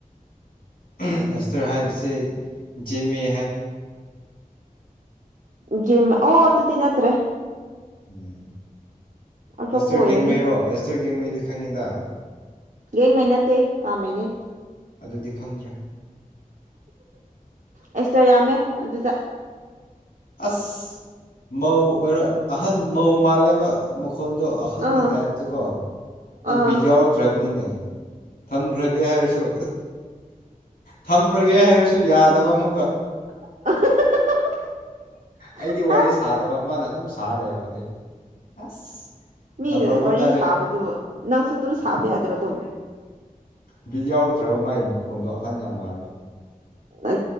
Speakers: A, on the left; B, on the right.
A: ꯑꯦꯁꯇꯔ ꯍꯥꯏꯕꯁꯤ ꯃꯦ
B: ꯖꯤ ꯑꯣ ꯑꯗꯨ ꯑꯗꯨꯗꯤꯤꯟꯠꯇ꯭ꯔꯦ
A: ꯎꯝ
B: ꯑꯇꯣꯞꯄ
A: ꯑꯦꯁꯇꯣꯏ
B: ꯑꯣꯏꯔꯅꯤ
A: ꯌꯦꯦꯡꯃꯩꯔꯣ ꯑꯦꯁꯇꯣꯏ ꯌꯦꯦꯡꯉꯩꯗꯤ ꯈꯪꯉꯤꯗ
B: ꯌꯦꯡꯉꯩ ꯅꯠꯇꯦ ꯀꯥꯃꯅꯦ
A: ꯑꯗꯨꯗꯤ ꯈꯪꯗ꯭ꯔꯦ
B: ꯑꯦꯁꯇꯔ ꯌꯥꯝꯃꯦ ꯑꯗꯨꯗ
A: ꯑꯁ ꯃꯧ ꯑꯣꯏꯔꯣ ꯑꯍꯟ ꯃꯧ ꯃꯥꯜꯂꯦꯕ ꯃꯈꯣꯏ ꯐꯣꯟꯗꯣ ꯑꯍꯟꯒꯤ
B: ꯑꯥ
A: ꯇꯥꯏꯞꯇꯀꯣ ꯑꯩ
B: ꯑꯥ
A: ꯕꯤꯠ ꯌꯥꯎꯔꯛꯇ꯭ꯔꯕꯅꯤꯅꯦ ꯊꯝꯈ꯭ꯔꯒꯦ ꯍꯥꯏꯔꯁꯨ ꯊꯝꯂꯒꯦ ꯍꯥꯏꯔꯁꯨ ꯌꯥꯗꯕ ꯑꯃꯨꯛ
B: <unintelligible>
A: ꯑꯩꯗꯤ ꯋꯥꯔꯤ
B: ꯑꯁ
A: ꯁꯥꯗꯕ ꯃꯥꯅ ꯑꯗꯨꯝ ꯁꯥꯍꯜꯂꯦꯕ ꯑꯗꯨꯏ ꯑꯁ
B: ꯃꯤꯅ
A: ꯅꯝꯕꯔ ꯑꯣꯟꯅꯔꯦ
B: ꯋꯥꯔꯤ ꯁꯥꯕꯗꯨ ꯅꯪꯁꯨ ꯑꯗꯨꯝ ꯁꯥꯕ ꯌꯥꯗ꯭ꯔꯣ ꯑꯗꯨꯝ
A: ꯕꯤꯠ ꯌꯥꯎꯔꯛꯇ꯭ꯔꯕ ꯃꯥꯒꯤ ꯃꯈꯣꯟꯗꯣ ꯑꯍꯟ ꯌꯥꯝ ꯃꯥꯟꯕ
B: ꯑ